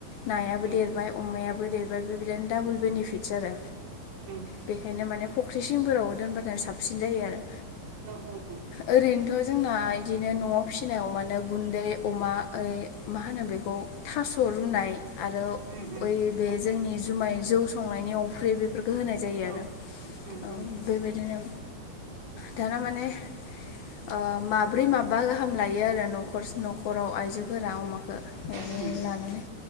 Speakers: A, on the left; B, on the right.
A: नायाबो
B: उम उम
A: देरबाय
B: उम
A: अमायाबो देरबाय ओमफ्राय बे बादिनो डाबल बेनिफिटस आरो
B: <unintelligible>
A: बेखायनो माने फुख्रि सिंफोराव दोनबथाय साबसिन जायो आरो
B: औ औ औ।
A: ओरैनोथ' जोंना बिदिनो न'आव फिसिनायाव मानो गुन्दै अमाओ मा होनो बेखौ थास' रुनाय। आरो
B: उम उम
A: ओइ बे
B: औ
A: जोंनि जुमाय जौ संनायनि अफ्रि बे बेफोरखौ होनाय जायो
B: औ
A: आरो
B: उम नंगौ
A: ओ बेबायदिनो दाना माने ओ माब्रै माबा गाहाम लायो आरो न'खर न'खर खराव आइजोफोरा अमाखौ मायदि
B: उम
A: लानानै